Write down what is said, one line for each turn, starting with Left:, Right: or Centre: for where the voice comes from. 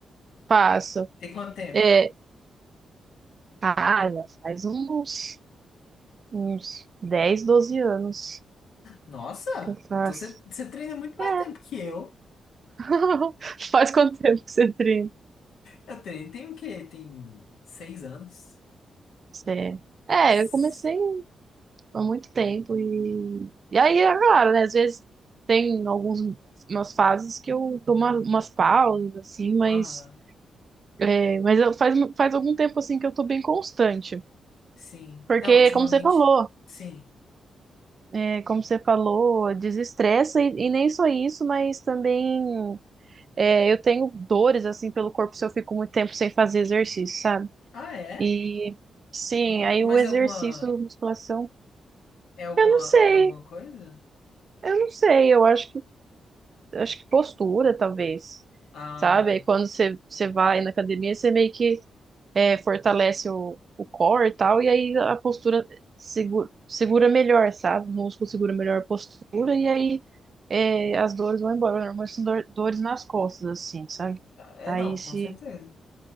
Right: faço.
Left: Tem quanto tempo?
Right: É, ah, já faz uns, uns 10 12 anos
Left: Nossa,
Right: que eu faço.
Left: então você, você treina muito mais
Right: É.
Left: tempo que eu.
Right: <laughs> Faz quanto tempo que você treina?
Left: Eu treino, tem o quê? Tem seis anos?
Right: Você- É,
Left: S-
Right: eu comecei há muito tempo e... E aí, é claro, né? Às vezes tem alguns, umas fases que eu dou uma- umas pausas, assim, mas,
Left: Aham,
Right: é, mas eu- faz, faz algum tempo, assim, que eu tô bem constante.
Left: sim.
Right: Porque,
Left: Não, ultimamente,
Right: como você falou,
Left: sim.
Right: É, como você falou, desestressa e, e nem só isso, mas também é, eu tenho dores assim pelo corpo se eu fico muito tempo sem fazer exercício, sabe?
Left: Ah, é?
Right: E sim,
Left: M-
Right: aí
Left: Mas
Right: o exercício,
Left: é alguma,
Right: musculação,
Left: é alguma,
Right: eu não sei,
Left: é alguma coisa?
Right: eu não sei, eu acho acho que postura, talvez,
Left: Ah,
Right: sabe?
Left: é.
Right: Aí quando você, você vai na academia, você meio que é, fortalece o, o core e tal, e aí a postura segura, segura melhor, sabe? O músculo segura melhor a postura, e aí é, as dores vão embora. Normalmente são dor- dores nas costas, assim, sabe?
Left: É,
Right: Aí
Left: não,
Right: se.
Left: com certeza.